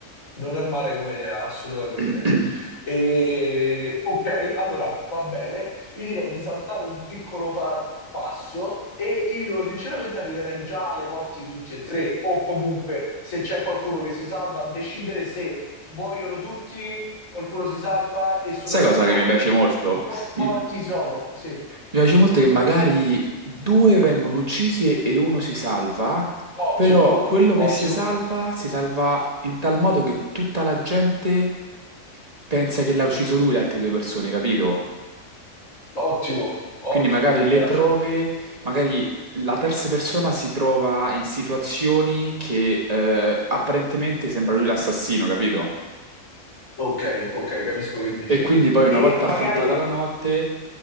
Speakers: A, on the left (about 75°); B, on the right (about 30°).
A: non è male come idea, assolutamente.
B: Eh. <clears throat>
A: E, ok, allora va bene. Io direi di saltare un piccolo pa- passo e io sinceramente arriverei già alle morti di tutti e tre, o comunque se c'è qualcuno che si salva, a decidere se muoiono tutti, qualcuno si salva e soprattutto
B: Sai cosa che mi piace molto?
A: quali
B: Mi,
A: morti
B: mi
A: sono. Sì,
B: piace molto che
A: dimmi.
B: magari due vengono uccisi e uno si salva,
A: Ottimo,
B: però quello che
A: ottimo,
B: si salva si salva in tal modo che tutta la gente pensa che l'ha ucciso lui, le altre due persone, capito?
A: ottimo, ottimo,
B: Quindi magari
A: mi piace.
B: le prove, magari la terza persona si trova in situazioni che eh, apparentemente sembra lui l'assassino, capito?
A: Ok, ok, capisco che dici.
B: E quindi poi una
A: E
B: volta
A: magari.
B: affrontata la notte...